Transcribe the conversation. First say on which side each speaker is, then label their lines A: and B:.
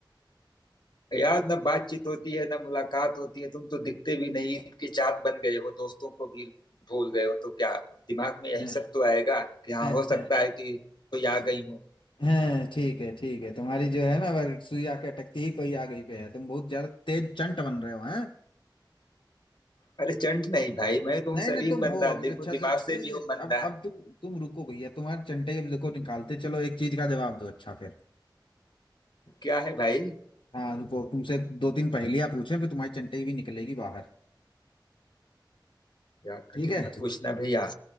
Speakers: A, on the left; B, on the left.
A: यार ना बातचीत होती है ना मुलाकात होती है तुम तो दिखते भी नहीं ईद की चाहत बन गए हो दोस्तों को भी भूल गए हो तो क्या दिमाग में यही
B: हाँ,
A: सब तो आएगा कि हाँ
B: अच्छा
A: हो सकता है कि कोई आ गई हूँ
B: हाँ ठीक है ठीक है तुम्हारी जो है ना अगर सुई आके अटकती ही कोई आ गई पे है तुम बहुत ज्यादा तेज चंट बन रहे हो हैं
A: अरे चंट नहीं भाई मैं तो हूँ
B: नहीं
A: शरीफ
B: नहीं तुम
A: बंदा
B: हो अब
A: देखो
B: अच्छा
A: दिमाग
B: जब
A: से
B: नहीं
A: भी
B: नहीं
A: हो मंदा
B: अब अब तुम तुम रुको भैया तुम्हारे चंटे अब देखो निकालते चलो एक चीज का जवाब दो अच्छा फिर
A: क्या है भाई
B: हाँ रुको तुमसे दो तीन पहेलियां पूछे फिर तुम्हारी चंटे भी निकलेगी बाहर
A: यार
B: ठीक
A: कठिन
B: है
A: मत पूछना भैया